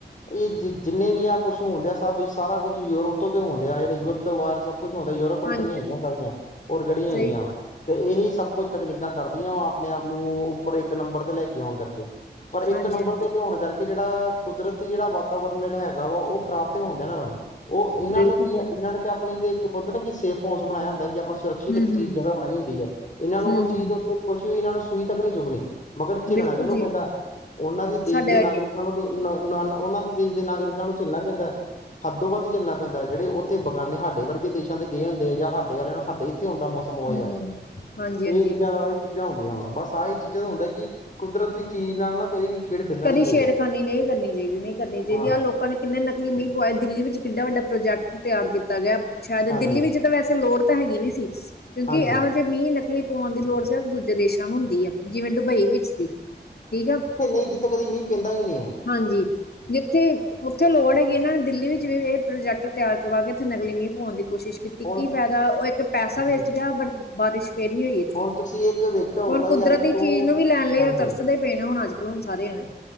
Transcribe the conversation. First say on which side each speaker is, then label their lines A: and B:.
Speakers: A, on the left; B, on the left.
A: ਏ ਜ ਜਿੰਨੇ ਵੀ ਆ ਕੁਛ ਹੋਣਡਿਆ ਆ ਸਭ ਸਾਰਾ ਕੁਛ ਯੂਰਪ ਤੋਂ ਤੇ ਹੋਣਡਿਆ ਜਿਹੜੇ ਯੁੱਧ ਵਾਰ ਸ ਕੁਛ ਹੁੰਂਦਾ ਯੂਰੋਪ ਕੰਟਰੀਆਂ
B: ਹਾਂਜੀ
A: ਹੈਗੀਆਂ ਸਾਰੀਆਂ ਹੋਰ ਕਿਹੜੀਆਂ ਹੈਗੀਆਂ
B: ਸਹੀ
A: ਵਾ? ਤੇ ਇਹੀ ਸਭ ਕੁੱਝ ਤਕਨੀਕਾਂ ਕਰਦੀਆਂ ਵਾ ਆਪਣੇ ਆਪ ਨੂੰ ਉੱਪਰ ਇੱਕ ਨੰਬਰ ਤੇ ਲੈ ਕੇ ਆਉਣ ਕਰਕੇ। ਪਰ ਇੱਕ
B: ਹਾਂਜੀ
A: ਨੰਬਰ
B: ਹਾਂਜੀ
A: ਤੇ ਲਿਉਣ ਕਰਕੇ ਜਿਹੜਾ ਕੁਦਰਤੀ ਜੇੜਾ ਵਾਤਾਵਰਨ ਜੇੜਾ ਹੈਗਾ ਵਾ ਓ ਖਰਾਬ <unintelligible> ਓ ਇਹਨਾਂ
B: ਬਿਲਕੁਲ
A: ਨੂੰ ਕੀ ਆ
B: ਜੀ
A: ਇਹਨਾਂ ਨੇ ਤਾਂ ਆਪਣੀ ਤੇ ਇੱਕ ਬੰਦਾ ਨਾ ਕਿ ਸੇਫ ਹਾਊਸ ਬਣਾਇਆ ਹੁੰਦਾ ਕਿ ਆਪਣਾ ਸੁਰੱਖਿਅਤ
B: ਹਮ
A: ਇੱਕ ਚੀਜ਼
B: ਹਮ
A: ਜਗ੍ਹਾ ਬਣਾਈ ਹੁੰਦੀ ਐ। ਏਨਾਂ ਨੂੰ
B: ਹਮ
A: ਉਹ ਚੀਜ਼
B: ਹਮ
A: ਉੱਥੇ ਕੁਛ ਵੀ ਏਨਾਂ ਨੂੰ ਸੂਈ ਤੱਕ ਨਹੀਂ ਚੁੱਭਣੀ। ਮਗਰ ਝਿਰਨਾ
B: ਬਿਲਕੁਲ
A: ਕਿਹਨੂੰ
B: ਜੀ
A: ਪੈਂਦਾ? ਓਨਾਂ ਦੇਸ਼
B: ਸਾਡੇ
A: ਦੇ
B: ਹੂੰ
A: ਨਾਗਰਿਕਾਂ ਨੂੰ ਨ ਓਨਾਂ ਦੇਸ਼ ਦੇ ਨਾਗਰਿਕਾਂ ਨੂੰ ਝੱਲਣਾ ਪੈਂਦਾ ਹੱਦੋ ਵੱਧ ਚੱਲਣਾ ਪੈਂਦਾ ਜਿਹੜੇ ਉੱਥੇ ਬਗਾਨੇ ਸਾਡੇ ਵਰਗੇ ਦੇਸ਼ਾਂ ਦੇ ਗਏ ਹੁੰਦੇ ਜਾਂ ਸਾਡੇ ਵਾਲਿਆਂ ਨੂੰ ਸਾਡੇ ਇੱਥੇ ਹੁੰਣ ਦਾ ਮੌਸਮ ਉਹੋ ਐ
B: ਹੂੰ ਹਾਂਜੀ
A: ਤੇ
B: ਹਾਂਜੀ
A: ਇਹ ਚੀਜ਼ਾਂ ਚੀਜ਼ਾਂ ਹੁੰਦੀਆਂ ਵਾ ਬਸ ਆਹ ਇਹ ਚੀਜ਼ਾਂ ਦਾ ਹੁੰਦਾ ਕਿ ਕੁਦਰਤ ਦੀ ਚੀਜ਼ ਨਾਲ ਨਾ ਕਦੇ ਵੀ ਖੇਡ ਖੇਡਣਾ
B: ਕਦੀ
A: ਨੀ ਚਾਹੀਦਾ
B: ਛੇੜਖਾਨੀ ਨਈ ਕਰਨੀ ਚਾਹੀਦੀ ਨਹੀਂ ਕਰਨੀ ਚਾਹੀਦੀ
A: ਹਾਂ
B: ਆਹ ਲੋਕਾਂ ਨੇ ਕਿੰਨੇ ਨਕਲੀ ਮੀਂਹ ਪਏ ਦਿੱਲੀ ਵਿੱਚ ਕਿੱਡਾ ਵੱਡਾ ਪ੍ਰੋਜੈਕਟ ਤਿਆਰ ਕੀਤਾ ਗਿਆ। ਅੱਛਾ ਤੇ
A: ਹਾਂਜੀ
B: ਦਿੱਲੀ ਵਿੱਚ ਤਾਂ ਵੈਸੇ ਲੋੜ ਤਾਂ ਹੈਗੀ ਨੀ ਸੀ ਕਿਉਂਕਿ
A: ਹਾਂਜੀ
B: ਐਹ ਮੀਂਹ ਨਕਲੀ ਪਾਉਣ ਦੀ ਲੋੜ ਸਿਰਫ ਦੂਜੇ ਦੇਸਾਂ ਨੂੰ ਹੁੰਦੀ ਆ ਜਿਵੇਂ ਡੁਬੱਈ ਵਿੱਚ ਸੀ ਠੀਕ ਆ।
A: ਨਈ ਜਿੱਥੇ ਕਦੀ ਮੀਂਅ ਪੇਂਦਾ ਈ ਨੀ ਆ।
B: ਹਾਂਜੀ ਜਿੱਥੇ ਉੱਥੇ ਲੋੜ ਹੈਗੀ ਏਨਾਂ ਦਿੱਲੀ ਵਿੱਚ ਵੀ ਏ ਪ੍ਰੋਜੈਕਟ ਤਿਆਰ ਕਰਵਾ ਕੇ ਏਥੇ ਨਕਲੀ ਮੀਂਹ ਪਾਉਣ ਦੀ ਕੋਸ਼ਿਸ਼ ਕੀਤੀ
A: ਹੁਣ
B: ਕੀ ਫਾਇਦਾ ਓ ਇੱਕ ਪੈਸਾ ਵੇਸਟ
A: ਹਾਂਜੀ
B: ਗਿਆ ਬਟ ਬਾਰਿਸ਼ ਫਿਰ ਨੀ ਹੋਈ।
A: ਹੁਣ ਤੁਸੀਂ ਇੱਕ ਵੇਖਿਆ ਹੋਊਗਾ
B: ਹੁਨ ਕੁਦਰਤੀ
A: ਕਿ ਅੱਜ ਤੋਂ
B: ਚੀਜ਼ ਨੂੰ ਵੀ ਲੈਣ ਲਈ
A: ਹਾਂਜੀ
B: ਓ ਤਰਸਦੇ ਪਏ ਨੇ ਹੁਣ ਅੱਜ-ਕੱਲ ਹੁਣ ਸਾਰੇ ਜਣੇ।